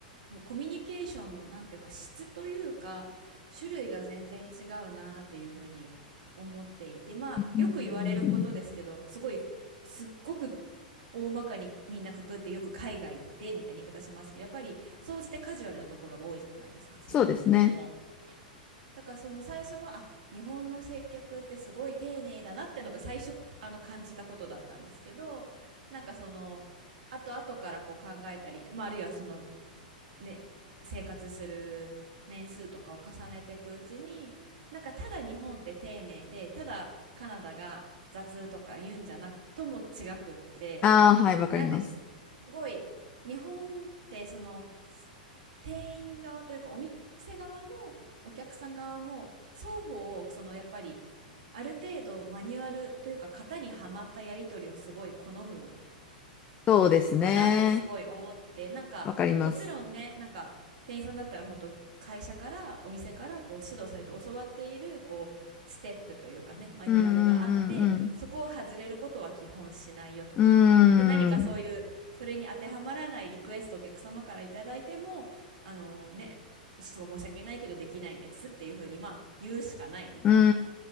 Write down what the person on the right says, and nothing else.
もうコミュニケーションの、なんていうか、質というか、種類が全然違うなっていうふうに思っていて、まあ、
よく言われることですけど、すごい、すっごく大まかにみんなくくって、よく海外行ってみたいな言い方しますけど、やっぱり、総じてカジュアルなところが多いじゃないですか、接客とかも。
だからその最初は、あ、日本の接客ってすごい丁寧だなってのが最初、あの感じたことだったんですけど、なんかその、後々からこう考えたり、まあ、あるいはそのね、生活する年数とかを重ねていくうちに、なんかただ日本って丁寧で、ただカナダが雑とか言うんじゃなとも違くって、
なんでしょう。すごい、日本ってその、店員側というかお店側もお客さん側も双方をそのやっぱりある程度マニュアルというか型にはまったやり取りをすごい好む
のかなってすごい思って、なんかもちろんね、
なんか店員さんだったら本当会社からお店からこう指導されて教わっているこうステップというかね、マニュアルがあって、
そこを外れることは基本しないよとか。
で、何かそういうそれに当てはまらないリクエストをお客様からいただいても、
あのね、すごい申し訳ないけどできないんですっていうふうにまあ言うしかないみたいな